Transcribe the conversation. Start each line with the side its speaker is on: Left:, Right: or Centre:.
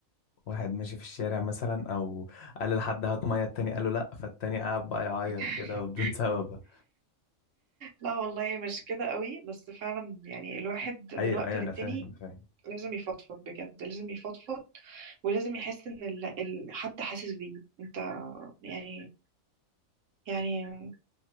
Left: واحد ماشي في الشارع مثلا او قال لحد هات ميه التاني قال له لا فالتاني قعد بقى يعيط
Right: <laughs>
Left: كده وبدون <laughs> سبب
Right: لا والله مش كده قوي بس فعلا يعني الواحد
Left: ايوه
Right: من وقت
Left: ايوه
Right: للتاني
Left: انا فاهم انا فاهم
Right: لازم يفضفض بجد لازم يفضفض ولازم يحس ان ال... ال... حد حاسس بيه انت يعني يعني